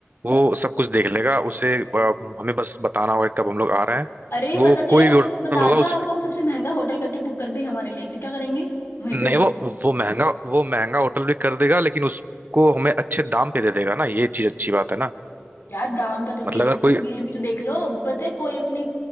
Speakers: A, on the right; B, on the left.
A: वो सब कुछ देख लेगा उसे अ, हमें बस बताना होगा कि कब हम लोग आ रहे हैं
B: अरे
A: वो
B: पता चले
A: कोई
B: हमने
A: भी होटल
B: उसको बता
A: होगा
B: दिया
A: उस
B: और वो सबसे महंगा होटल करके बुक कर दे हमारे लिए फिर क्या करेंगे वहीं
A: नहीं
B: पे
A: वो वो महंगा वो महंगा होटल भी कर देगा लेकिन उसको हमें अच्छे दाम पे दे देगा ना ये चीज अच्छी बात है ना
B: यार दाम पे तो दे
A: मतलब
B: देगा
A: अगर कोई
B: पर बिल भी तो देख लो पता है कोई अपनी